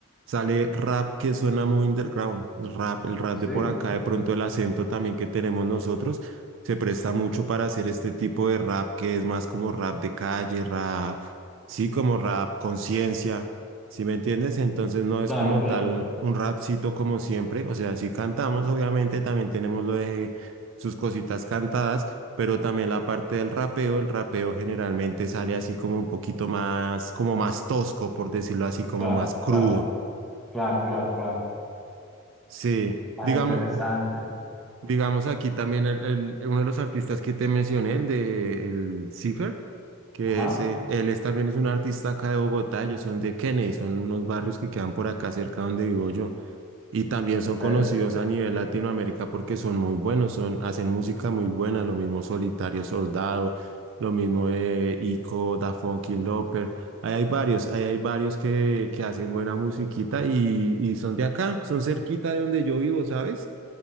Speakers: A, on the right; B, in the centre.
A: sale rap que suena muy underground. Rap, el rap
B: sí,
A: de por acá, de pronto el acento también que tenemos nosotros, se presta mucho para hacer este tipo de rap que es más como rap de calle, rap, sí, como rap conciencia, ¿sí me entiendes? Entonces
B: Mm,
A: no es
B: claro,
A: como
B: claro,
A: tal un rapcito como siempre, o sea, sí cantamos, obviamente también tenemos lo de sus cositas cantadas pero también la parte del rapeo, el rapeo generalmente sale así como un poquito más, como más tosco, por decirlo así, como
B: claro,
A: más crudo.
B: claro, claro, claro, claro,
A: Sí,
B: vale,
A: digamos,
B: interesante,
A: digamos aquí también el, el- uno de los artistas que te mencioné, el de el Cipher, que
B: ajá,
A: es, eh, él es, también es un artista acá de Bogotá, ellos son de Kennedy, son unos barrios que quedan por acá cerca donde vivo yo. Y también son
B: ok,
A: conocidos a nivel Latinoamérica porque son muy buenos, son, hacen música muy buena, lo mismo Solitario Soldado, lo mismo eh, Ico, Da Funky Loper. Ahí hay varios, ahí hay varios que, que hacen buena musiquita y, y son de acá, son cerquita de donde yo vivo, ¿sabes?